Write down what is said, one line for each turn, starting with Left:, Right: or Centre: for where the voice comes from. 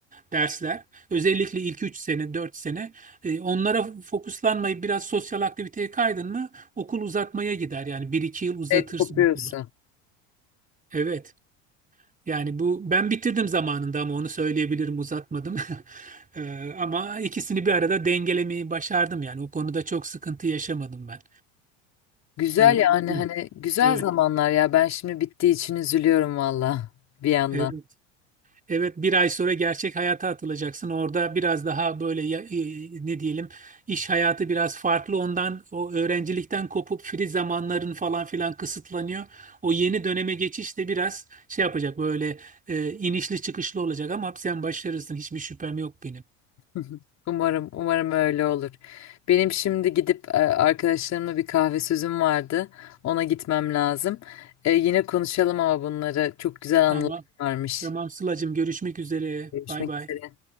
Right: dersler. Özellikle ilk 3 sene, 4 sene. E, Onlara fokuslanmayıp biraz sosyal aktiviteye kaydın mı Okul uzatmaya gider yani bir iki yıl uzatırsın
Left: Evet, kopuyorsun.
Right: okulu. Evet. Yani bu ben bitirdim zamanında ama onu söyleyebilirim uzatmadım. <laughs> Ee, ama ikisini bir arada dengelemeyi başardım yani o konuda çok sıkıntı yaşamadım ben.
Left: Güzel
Right: Ee,
Left: yani hani güzel
Right: Evet.
Left: zamanlar ya. Ben şimdi bittiği için üzülüyorum valla bir yandan.
Right: Evet. Evet bir ay sonra gerçek hayata atılacaksın. Orada biraz daha böyle ya- e, ne diyelim iş hayatı biraz farklı ondan o öğrencilikten kopup free zamanların falan filan kısıtlanıyor. O yeni döneme geçiş de biraz şey yapacak böyle e, inişli çıkışlı olacak ama sen başarırsın hiçbir şüphem yok benim.
Left: <laughs> Umarım umarım öyle olur. Benim şimdi gidip e, arkadaşlarımla bir kahve sözüm vardı. Ona gitmem lazım. E, yine konuşalım ama bunları çok güzel
Right: Tamam.
Left: anılar varmış.
Right: Tamam Sıla'cığım görüşmek üzere.
Left: Görüşmek
Right: Bay bay.
Left: üzere.